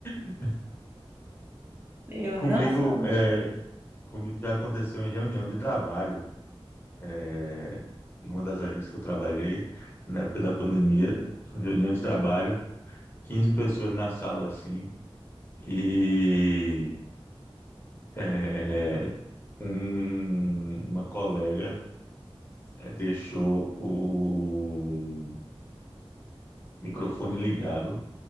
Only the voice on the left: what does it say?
<laughs>
Comigo,
é, comigo já aconteceu em reunião de trabalho. É, em uma das agências que eu trabalhei, na época da pandemia, foi reunião de trabalho, 15 pessoas na sala, assim, e é, um- uma colega é, deixou o microfone ligado,